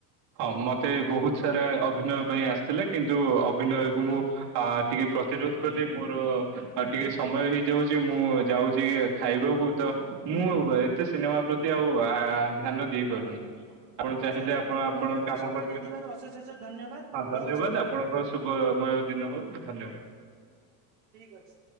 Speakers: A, on the right; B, on the right.
A: ହଁ ମତେ ବହୁତ ସାରା ଅଭିନୟ ପାଇଁ ଆସିଥିଲେ କିନ୍ତୁ ଅଭିନୟକୁ ମୁଁ ଆ ଟିକେ ପ୍ରତିରୋଧ କଲି ମୋର ଟିକେ ସମୟ ହେଇଯାଉଛି ମୁଁ ଯାଉଛି ଖାଇବାକୁ ତ ମୁଁ ଏତେ ସିନେମା ପ୍ରତି ଆଉ ଆ ଆ ଧ୍ୟାନ ଦେଇପାରୁନି ଆପଣ
B: ଆଚ୍ଛା
A: ଚାହିଁଲେ
B: ଆଚ୍ଛା ଆପଣଙ୍କ
A: ଆପଣ ଆପଣ
B: ମୂଲ୍ୟବାନ
A: କାମ
B: ସମୟ
A: କରିବେ
B: ଦେଇଥିବାରୁ ଅଶେଷ ଅଶେଷ ଧନ୍ୟବାଦ
A: ହଁ ଧନ୍ୟବାଦ
B: ରହୁଛି
A: ଆପଣଙ୍କ ଶୁଭମୟ ଦିନ ହଉ ଧନ୍ୟବାଦ।
B: ଠିକ ଅଛି।